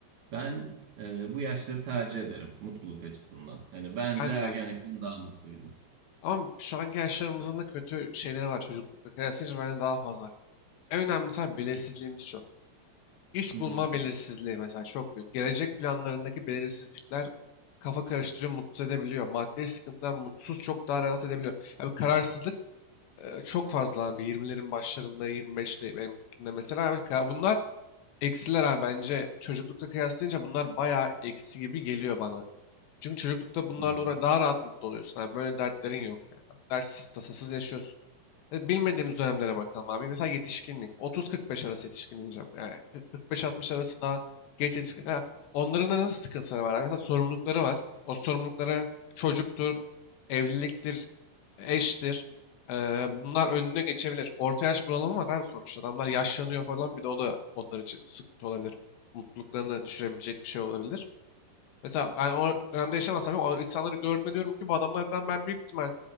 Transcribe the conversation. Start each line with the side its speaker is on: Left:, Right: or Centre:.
Right: ben e, bu yaşları tercih ederim mutluluk açısından. Hani bence
Left: Ben
Right: ergenlikten
Left: de.
Right: daha mutluydum.
Left: Ama şu anki yaşlarımızın da kötü şeyleri var çocuklukla kıyaslayınca bende daha fazla var. En önemlisi abi belirsizliğimiz çok. İş
Right: Hı hı.
Left: bulma belirsizliği mesela çok büyük. Gelecek planlarındaki belirsizlikler kafa karıştırıyor, mutsuz edebiliyor. Maddi sıkıntılar mutsuz çok daha rahat edebiliyor. Yani kararsızlık e, çok fazla abi. 20'lerin başlarında, 25'te benimkinde mesela. Abi, ka- bunlar eksiler abi bence. Çocuklukta kıyaslayınca bunlar bayağı eksi gibi geliyor bana. Çünkü çocuklukta bunlarla
Right: Hı hı.
Left: uğra- daha rahat mutlu oluyorsun abi. Böyle dertlerin yok yani. Dertsiz, tasasız yaşıyorsun. E, Bilmediğimiz dönemlere bakalım abi. Mesela yetişkinlik. 30-45 arası yetişkin diyeceğim. Yani 40-45-60 arası daha geç yetişkin. Ha, onların da nasıl sıkıntıları var? abi? Mesela sorumlulukları var. O sorumlulukları çocuktur, evliliktir, eştir. E, bunlar önüne geçebilir. Orta yaş bunalımı var abi sonuçta. Adamlar yaşlanıyor falan bir de o da onlar için sıkıntı olabilir. Mutluluklarını düşürebilecek bir şey olabilir. Mesela ben o dönemde yaşamasam bile o insanları gördüğümde diyorum ki bu adamlardan ben büyük ihtimal